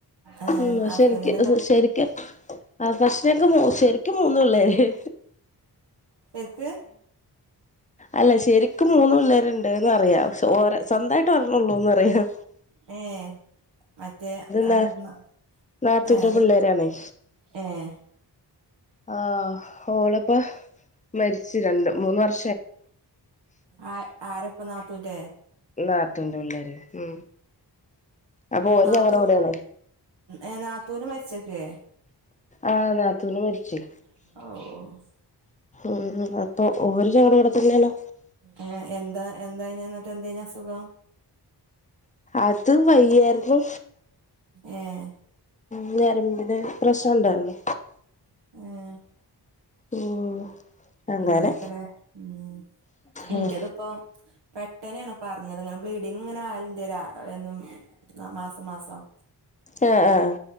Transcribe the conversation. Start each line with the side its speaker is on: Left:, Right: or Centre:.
Right: ഏഹ്
Left: ഉം പക്ഷെ
Right: ഹസ്ബന്റിന്
Left: എനിക്ക്
Right: എന്താ
Left: ശെരിക്ക് ആഹ് പക്ഷെങ്കെ ശരിക്കും മൂന്ന് പിള്ളെര്
Right: ശെരിക്ക്
Left: അല്ല ശെരിക്ക് മൂന്ന് പിള്ളേരുണ്ട്ന്നറിയാ പക്ഷെ ഓരെ സ്വന്തായിട്ട് ഒരണൊള്ളൂന്നറിയാ
Right: ഏഹ് മറ്റേ രണ്ടെർണ്ണം
Left: ന നാത്തൂന്റെ
Right: ഏഹ് അത്
Left: പിള്ളേരാണേ
Right: ഏഹ്
Left: ആഹ് ഓളിപ്പം മരിച്ചു രണ്ട് മൂന്ന് വർഷ
Right: ആ ആരൊപ്പം നാത്തൂന്റെ
Left: നാത്തൂന്റെ പിള്ളേര് ഉം അപ്പൊ ഓര്
Right: നാത്തൂ
Left: ഞങ്ങടെ കൂടെയാണ്
Right: ഏഹ് നാത്തൂന് മരിച്ച്ക്കെ
Left: ആഹ് നാത്തൂന് മരിച്ച്
Right: ഔവൂ
Left: ഉം അപ്പൊ ഓരും ഞങ്ങടെ കൂടെ തന്നെണ്
Right: ഏഹ് എന്താ എന്തായ്ന്ന് ഇന്നിട്ട് എന്തെയ്നി അസുഖം
Left: അത് വയ്യാര്ന്നു
Right: ഏഹ്
Left: ഉം ഞരമ്പിന് പ്രശ്നംണ്ടേര്ന്നു
Right: ഏഹ്
Left: ഉം അങ്ങനെ
Right: അങ്ങനൊക്കലേ ഉം ഇന്റതിപ്പം
Left: ഉം
Right: പെട്ടനേണ് ഇപ്പർഞ്ഞത് ഇങ്ങനെ ബ്ലീഡിങ്ങ്ങ്ങനെ ആവൽണ്ട് ര എന്നും മാസം മാസം
Left: ഏഹ് ആഹ് ആഹ്